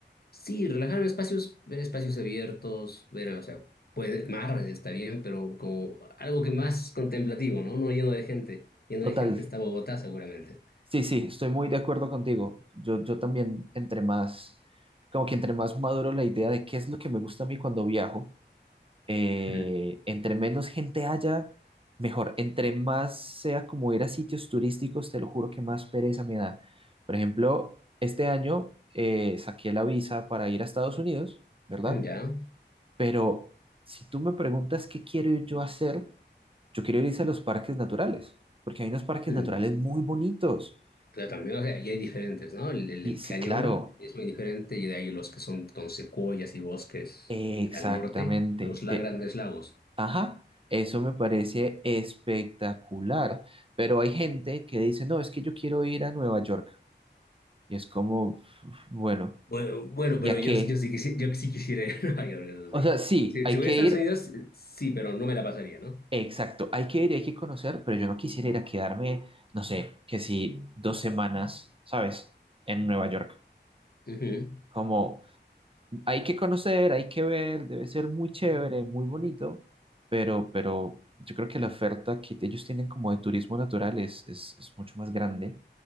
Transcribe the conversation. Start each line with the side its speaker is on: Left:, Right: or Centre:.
Left: Sí, relajarme en espacios, ver espacios abiertos, ver, o sea, puede, mar está bien, pero como algo que más contemplativo, ¿no? No lleno de gente. Lleno
Right: Total.
Left: de gente está Bogotá, seguramente.
Right: Sí, sí, estoy muy de acuerdo contigo. Yo, yo también, entre más, como que entre más maduro la idea de qué es lo que me gusta a mí cuando viajo, eh,
Left: Mm.
Right: entre menos gente haya, mejor. Entre más sea como ir a sitios turísticos, te lo juro que más pereza me da. Por ejemplo, este año eh, saqué la visa para ir a Estados Unidos, ¿verdad?
Left: ¿Ya?
Right: Pero si tú me preguntas qué quiero yo hacer, yo quiero ir a los parques naturales, porque hay unos parques
Left: Mm.
Right: naturales muy bonitos.
Left: Pero también, o sea, y hay diferentes, ¿no? El, el-
Right: Y
Left: el
Right: sí,
Left: cañón
Right: claro,
Left: es muy diferente y de ahí los que son con secuoyas y bosques
Right: exactamente.
Left: al norte, los la
Right: Te,
Left: grandes lagos.
Right: Ajá, eso me parece espectacular. Pero hay gente que dice, no, es que yo quiero ir a Nueva York. Y es como, bueno,
Left: Bueno, bueno,
Right: ¿ya
Left: pero yo,
Right: qué?
Left: yo sí quisi- yo sí quisiera ir a Nueva York, eso
Right: O
Left: sí.
Right: sea, sí,
Left: Si,
Right: hay
Left: si voy
Right: que
Left: a Estados
Right: ir,
Left: Unidos, sí, pero no me la pasaría, ¿no?
Right: exacto, hay que ir y hay que conocer, pero yo no quisiera ir a quedarme, no sé, que si dos semanas, ¿sabes? En Nueva York.
Left: Ujú.
Right: Como, hay que conocer, hay que ver, debe ser muy chévere, muy bonito, pero, pero yo creo que la oferta que ellos tienen como de turismo natural es, es, es mucho más grande.